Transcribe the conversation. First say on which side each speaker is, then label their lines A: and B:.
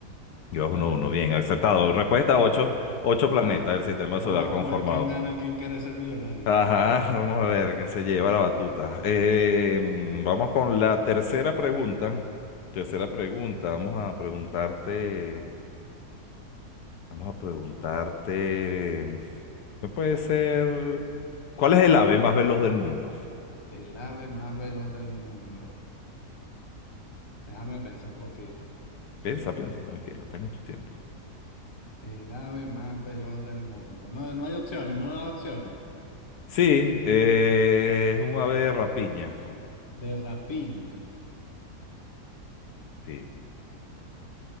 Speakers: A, on the left (about 75°); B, on the left (about 20°).
A: Llevas
B: Dale,
A: uno, uno.
B: pues,
A: Bien,
B: dale,
A: acertado.
B: pues, dale.
A: Respuesta ocho. Ocho
B: Ajá.
A: planetas del sistema
B: Vamos
A: solar
B: a, vamos
A: conformado.
B: a ver quién gana, quién quiere ser millonario.
A: Ajá, vamos a ver quién se lleva la batuta. Eh, mm, vamos con la tercera pregunta. Tercera pregunta, vamos a preguntarte. Vamos a preguntarte, ¿qué puede ser? ¿Cuál es el ave más veloz del mundo?
B: El ave más veloz del mundo. Déjame pensar un poquito.
A: Piensa, piensa, tranquilo, tienes tu tiempo.
B: El ave más veloz del mundo. No, no hay opciones, no hay opciones.
A: Sí, eh, es un ave de rapiña.
B: De rapiña.
A: Sí,